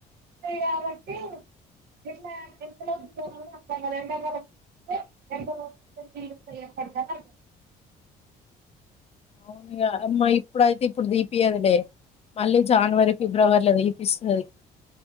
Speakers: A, on the right; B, on the left.
A: <unintelligible> <unintelligible> ఎండాకాలం <unintelligible> <unintelligible>
B: అవ్నుగా అమ్మా ఇప్పుడయితే ఇప్పుడు దీపీయ్యదులే మళ్ళీ జాన్వరి, ఫిబ్రవరిల తీపిస్తది